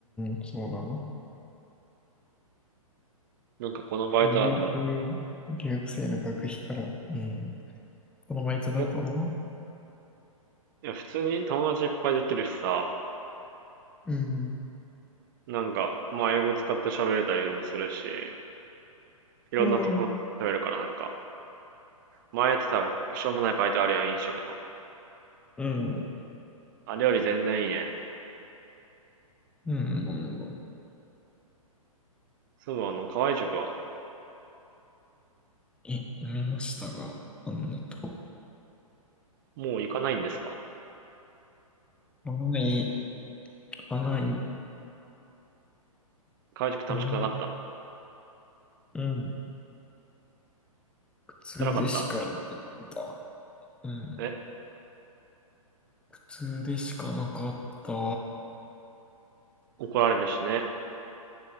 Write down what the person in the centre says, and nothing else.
ん、そうだな。
留、留留学生の学費から、うん。このバイトだと、
うん。
うん。
うん。
うん。
え、読みましたが、あんなと。
かない、かない、
かない。うん。苦痛でしかなかった。
うん。
苦痛でしかなかった。う